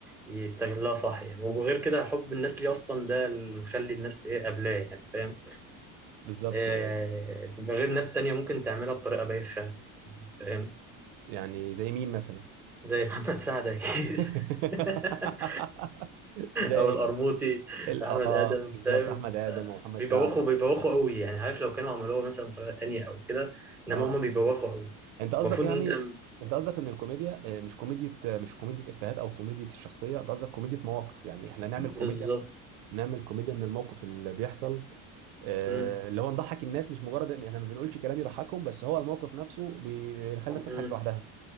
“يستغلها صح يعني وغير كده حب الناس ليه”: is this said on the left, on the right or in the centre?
Centre